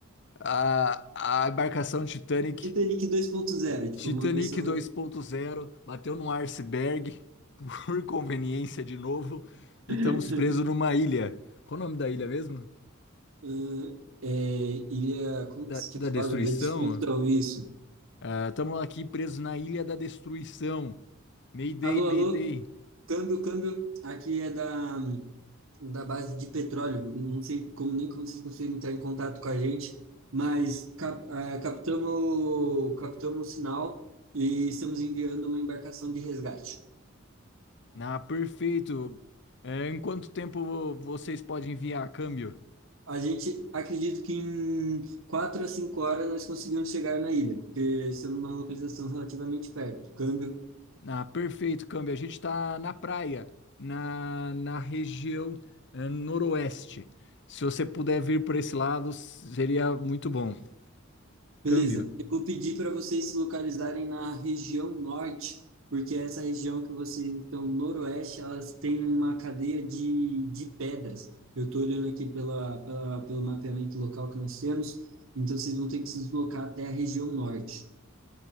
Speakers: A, on the left (about 60°); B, on the right (about 70°).
A: A, a embarcação Titanic
B: Titanic dois ponto zero tipo,
A: Titanic
B: uma versão.
A: 2.0 bateu num iceberg <laughs> por conveniência de novo e
B: <laughs>
A: estamos presos numa ilha. Qual o nome da ilha mesmo?
B: Ah, é, ilha.
A: Da,
B: Como que você
A: da
B: tinha falado?
A: destruição?
B: Da destruição, isso.
A: Ah, estamos aqui presos na ilha da destruição. Mayday,
B: Alô,
A: Mayday.
B: alô? Câmbio, câmbio. Aqui é da. da base de petróleo. Não sei como nem como vocês conseguiram entrar em contato com a gente, mas cap, eh, captamos, captamos o sinal e estamos enviando uma embarcação de resgate.
A: Na perfeito. É, em quanto tempo vocês podem enviar câmbio?
B: A gente acredita que em quatro a cinco horas nós conseguimos chegar na ilha, porque estamos numa localização relativamente perto. Câmbio
A: Ah, perfeito, Câmbio. A gente está na praia, na, na região eh, noroeste. Se você puder vir por esse lado, seria muito bom.
B: Beleza,
A: Câmbio.
B: eu vou pedir para vocês se localizarem na região norte, porque essa região que vocês estão noroeste, elas têm uma cadeia de, de pedras. Eu estou olhando aqui pela, pela, pelo mapeamento local que nós temos, então vocês vão ter que se deslocar até a região norte.